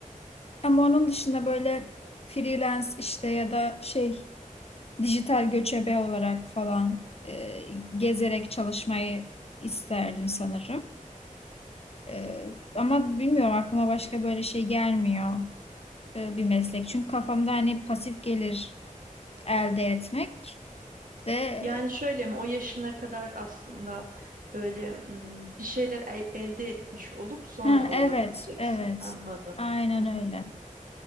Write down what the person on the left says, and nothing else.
Ama onun dışında böyle freelance işte ya da şey dijital göçebe olarak falan e, gezerek çalışmayı isterdim sanırım. Ee, ama bilmiyorum aklıma başka böyle şey gelmiyor e, bir meslek. Çünkü kafamda hani pasif gelir elde etmek de
Ha,
evet,
evet.
Aynen
öyle.